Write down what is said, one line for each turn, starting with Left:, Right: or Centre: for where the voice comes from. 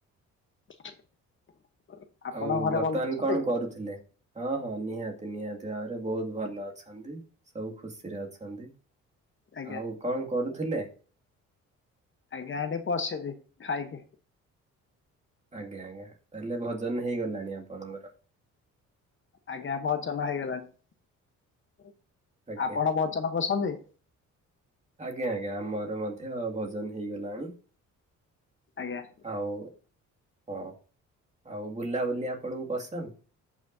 Left: <inaudible> ଆପଣଙ୍କ
Right: ଆଉ
Left: ଘରେ
Right: ବର୍ତ୍ତମାନ
Left: ଭଲ ଅଛନ୍ତି
Right: କଣ କରୁଥିଲେ? ହଁ ହଁ ନିହାତି ନିହାତି। <unintelligible> ବହୁତ ଭଲ ଅଛନ୍ତି ସବୁ ଖୁସିରେ ଅଛନ୍ତି।
Left: ଆଜ୍ଞା।
Right: ଆଉ କଣ କରୁଥିଲେ?
Left: ଆଜ୍ଞା ଏଟି ପସିଦି ଖାଇକି।
Right: ଆଜ୍ଞା ଆଜ୍ଞା ତାହଲେ ଭଜନ ହେଇଗଲାଣି ଆପଣଙ୍କର।
Left: ଆଜ୍ଞା ଭଜନ ହେଇଗଲାଣି।
Right: ଆଜ୍ଞା।
Left: ଆପଣ ଭଜନ କରଛନ୍ତି?
Right: ଆଜ୍ଞା ଆଜ୍ଞା ଆମର ମଧ୍ୟ ଭଜନ ହେଇଗଲାଣି।
Left: ଆଜ୍ଞା।
Right: ଆଉ ହଁ ଆଉ ବୁଲାବୁଲି ଆପଣଙ୍କୁ ପସନ୍ଦ।